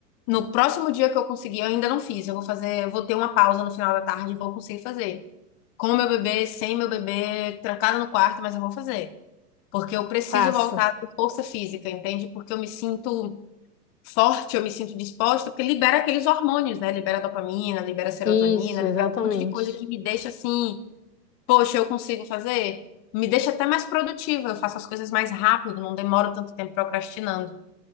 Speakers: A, on the left (about 30°); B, on the left (about 80°).
A: no próximo dia que eu conseguir, eu ainda não fiz, eu vou fazer, eu vou ter uma pausa no final da tarde e vou conseguir fazer. Com meu bebê, sem meu bebê, trancada no quarto, mas eu vou fazer. Porque eu preciso
B: Faça.
A: voltar com força física, entende? Porque eu me sinto forte, eu me sinto disposta, porque libera aqueles hormônios, né? Libera dopamina, libera serotonina,
B: Isso, exatamente.
A: libera um monte de coisa que me deixa assim, poxa, eu consigo fazer. Me deixa até mais produtiva, eu faço as coisas mais rápido, não demoro tanto tempo procrastinando.